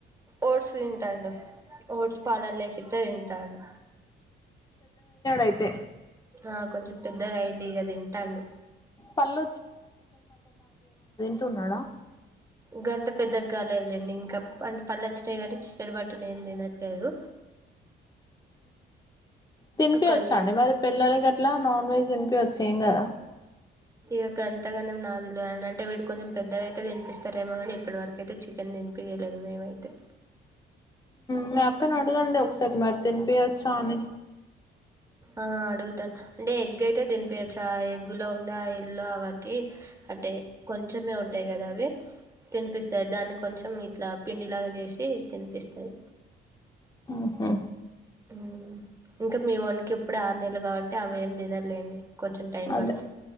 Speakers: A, on the right; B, on the left.
A: ఓట్స్ తింటాండు ఓట్స్ పాలల్లో వేసితే తింటాండు.
B: ఐతే
A: ఆ కొంచెం పెద్దగా అయిండిక తింటాడు.
B: పళ్ళు స్తున్నాడా?
A: గంత పెద్దగా కాలేదులేండి. ఇంకా అంటే పళ్ళు వచ్చినాయ్ కానీ చికెన్ మటన్ ఏం తినట్లేదు
B: తినిపియచ్చాండి
A: ఒక
B: మరి పిల్లలకి అట్లా నాన్ వెజ్ తినిపియాదు చు ఏంగాదా
A: ఇగ గంతగానం నాకు తెలువదండి అంటే వీడు కొంచెం పెద్దగా అయితే తినిపిస్తారేమో కానీ ఇప్పటివరకయితే చికెన్ తినిపియలేదు మేమైతే
B: మీ అక్కను అడుగండి ఒకసారి మరి తినిపియచ్చా అని,
A: ఆ అడుగుతాను అంటే ఎగ్ అయితే తినిపయచ్చ ఎగ్గులో ఉండే ఆ ఎల్లొ అవంటి అంటే కొంచెమే ఉంటాయి కదా అవి తినిపిస్తాయి దాన్ని కొంచెం ఇట్లా పిండిలాగా చేసి తినిపిస్తాయి
B: ఉహు
A: ఉ ఇంకా మీ వోన్కి ఇప్పుడే ఆరు నెలు కావట్టి అవి ఏం తినరులేండి కొంచెం టైం
B: అదే
A: పడుతే